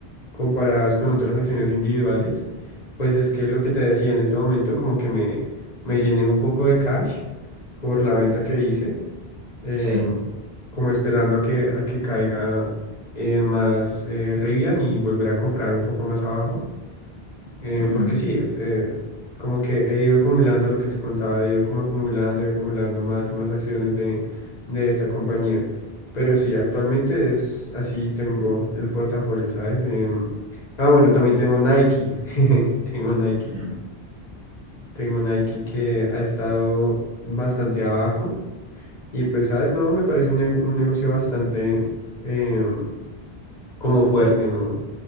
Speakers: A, on the left; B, on the right.
A: comparadas con otras acciones individuales. Pues es que lo que te decía en este momento, como que me, me llené un poco de cash por la venta que hice, em,
B: sí.
A: como esperando a que, a que caiga eh, más eh, Rivian y volver a comprar un poco más abajo. Eh,
B: Ujú,
A: porque sí, eh, como que he ido acumulando lo que te contaba, he ido como acumulando y acumulando más y más acciones de, de esta compañía. Pero sí, actualmente es así tengo el portafolio, ¿sabes? Em, ah, bueno, también tengo Nike. <laughs> Tengo Nike.
B: mm.
A: Tengo Nike que ha estado bastante abajo. Y pues, ¿sabes? No, me parece un, ne- un negocio bastante em, como fuerte, ¿no?